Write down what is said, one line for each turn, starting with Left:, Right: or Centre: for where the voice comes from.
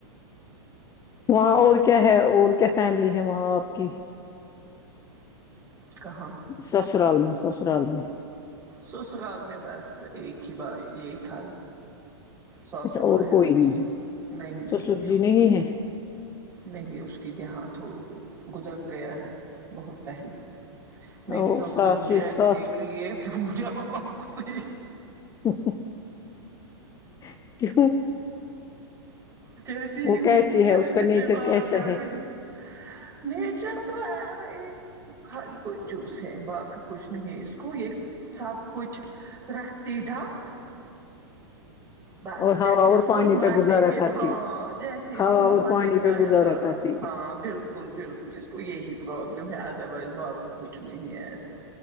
Left: وہاں اور کیا ہے اور کیا فیملی ہے وہاں آپ کی
Right: کہاں
Left: سسرال میں سسرال میں
Right: سسرال میں بس ایک ہی بھائی یہی حال ساسو
Left: اچھا
Right: ماں
Left: اور
Right: ہے
Left: کوئی
Right: بس
Left: نہیں
Right: نہیں نہیں
Left: سسر جی
Right: کوئی
Left: ہے
Right: نہیں اس کی دہانت ہو گزر گیا ہے بہت پہلے میری
Left: اور
Right: ساس
Left: ساسو
Right: میں مجھے ایسے
Left: ساس
Right: دیکھ رہی ہے کہ وہ مجھ ے
Left: ہی ہی ہی کیوں
Right: کہتی ہے
Left: وہ
Right: ہوگی
Left: کیسی
Right: کہ کیا
Left: ہے اس
Right: کس
Left: کا نیچر
Right: پہ بات
Left: کیسا
Right: کر
Left: ہے
Right: رہی نیچر تو ہے وہی خالی کوئی جوس ہے باقی کچھ نہیں اس کو یہ سب کچھ رکھتی ڈمپ بس
Left: اور ہوا
Right: جیسے
Left: اور
Right: اس
Left: پانی
Right: کو
Left: پہ
Right: مرنے
Left: گزارا
Right: کے
Left: کرتی
Right: بھا جیسے اس
Left: ہوا
Right: کو
Left: اور
Right: وہاں
Left: پانی
Right: لیتا
Left: پہ
Right: ہے
Left: گزارا
Right: ساتھ
Left: کرتی
Right: ہاں بالکل بالکل اس کو یہی پرابلم ہے ادر وائز باقی کچھ نہیں ہے ایسا